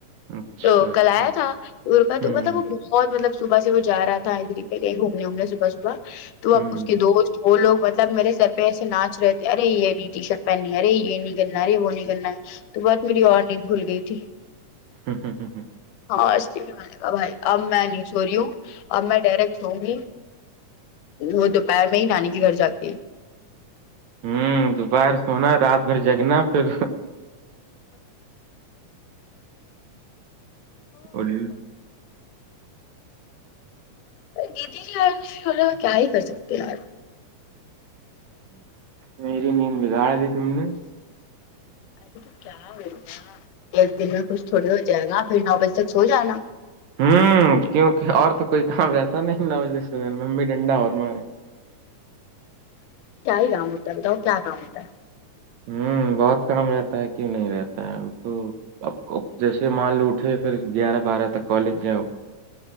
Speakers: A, on the right; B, on the left.
A: اچھا
B: تو
A: اچھا
B: کل آیا
A: ہوں
B: تھا ٹور کا تو
A: ہوں
B: مطلب وہ بہت مطلب صبح سے وہ جا رہا تھا ادھر ہی پہ کہیں گھومنے ومنے صبح صبح تو اب
A: ہوں
B: اس کے دوست وہ لوگ مطلب میرے سر پہ ایسے ناچ رہے تھے ارے یہ نہیں ٹی شرٹ پہننی ہے ارے یہ نہیں کرنا ارے وہ نہیں کرنا تو بس میری اور نیند کھل گئی تھی
A: ہوں ہوں ہوں
B: ہاں اسلئے بھی میں نے کہا بھائی اب میں نہیں سو رہی ہوں اب میں ڈائریکٹ سوؤں گی وہ دوپہر می ری نانی کے گھر جاکے
A: ہوں دوپہر سونا رات بھر جگنا پھر ا <unintelligible>
B: <unintelligible> کیا ہی کر سکتے ہیں یار
A: میری نیند بگاڑدی تم نے
B: ارے تو کیا ہوگیا ایک دن میں کچھ تھوڑی ہو جائے گا پھر نو بجے تک سو جانا
A: ہوں کیونکہ اور تو کوئی کام رہتا نہیں نہ مجھے صبح میں ممی ڈنڈا اور مارے
B: کیا ہی کام ہوتا ہے بتاؤ کیا کام ہوتا ہے
A: ہوں بہت کام رہتا ہے کیوں نہیں رہتا ہے اب جیسے مان لو اٹھے پھر گیارہ بارہ تک کالج جائؤ